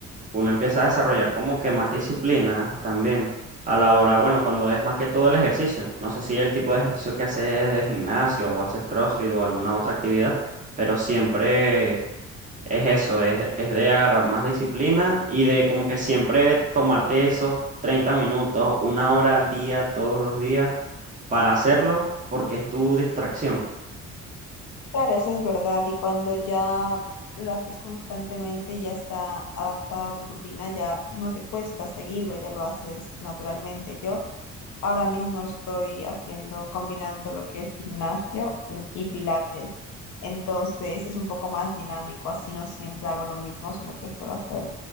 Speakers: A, on the right; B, on the left.
A: uno empieza a desarrollar como que más disciplina también a la hora, bueno, cuando es más que todo el ejercicio. No sé si el tipo de ejercicio que haces es de gimnasio o haces CrossFit o alguna otra actividad, pero siempre es eso, es, es de agarrar más disciplina y de como que siempre tomarte esos 30 minutos, una hora al día, todos los días, para hacerlo, porque es tu distracción.
B: Claro, eso es verdad. Y cuando ya lo haces constantemente, ya está adaptada a tu rutina, ya no te cuesta seguirlo, ya lo haces naturalmente. Yo Ahora mismo estoy haciendo, combinando lo que es gimnasio mm, y pilates. Entonces es un poco más dinámico, así no siempre hago lo mismo, sino que suelo hacer